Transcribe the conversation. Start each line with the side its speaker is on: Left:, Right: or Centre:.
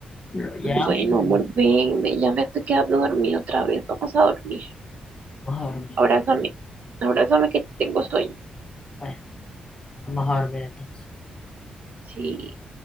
Left: lo llamo,
Right: Bueno, amor, ven, ven, ya me estoy quedando dormida otra vez. Vamos a dormir.
Left: vamos a dormir.
Right: Abrázame, abrázame que tengo sueño.
Left: Bueno, vamos a dormir entonces.
Right: Sí.